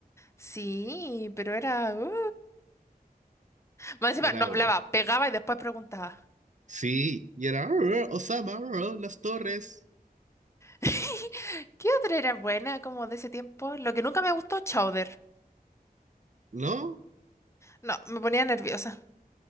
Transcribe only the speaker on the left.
Sí, pero era... uh. Más encima,
no
hablaba, pegaba y después preguntaba.
<laughs> ¿Qué otra era buena como de ese tiempo? Lo que nunca me gustó, Chowder.
No, me ponía nerviosa.